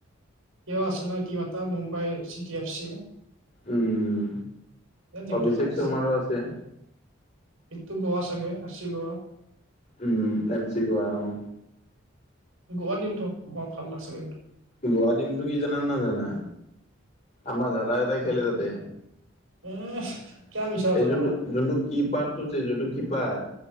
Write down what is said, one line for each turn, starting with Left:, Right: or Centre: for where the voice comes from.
Right: সিও আছে নহয়, টিম এটা মুম্বাই চিটি এফ চি।
Left: উম,
Right: এই টিমটো
Left: অভিষেক
Right: ভাল
Left: শৰ্মাৰো আছে।
Right: এইটো গোৱা চাগে আৰ চি গোৱা।
Left: উম, এফ চি গোৱা অ'।
Right: গোৱা টীমটো বৰ ভাল লাগিছিল কিন্তু।
Left: গোৱা টীমতো কি জানা নে না? আমাৰ দাদা এটাই খেলে তাতে।
Right: এ কিয়া মিছা কথা
Left: এই যোনটো
Right: কোৱা
Left: যোনটো কিপাৰটো যে যোনটো কিপাৰ।